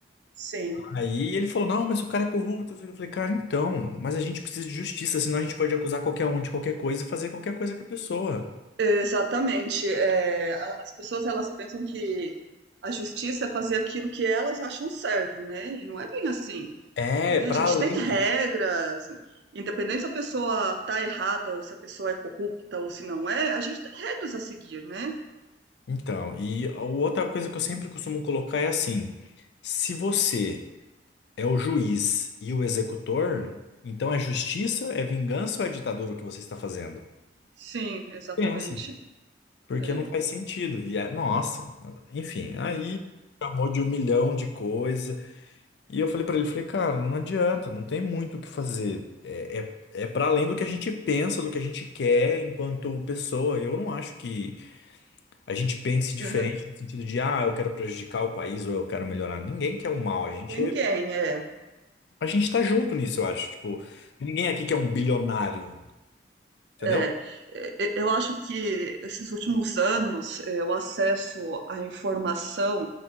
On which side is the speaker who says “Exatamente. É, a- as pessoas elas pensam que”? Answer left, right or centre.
Right